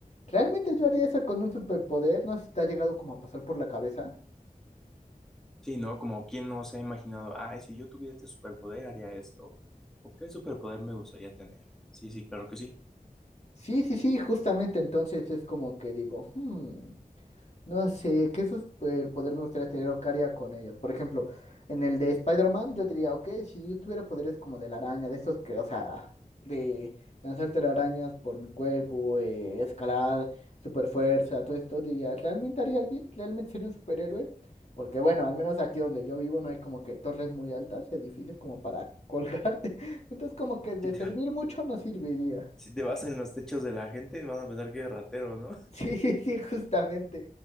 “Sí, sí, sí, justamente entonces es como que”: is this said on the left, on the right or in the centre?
Left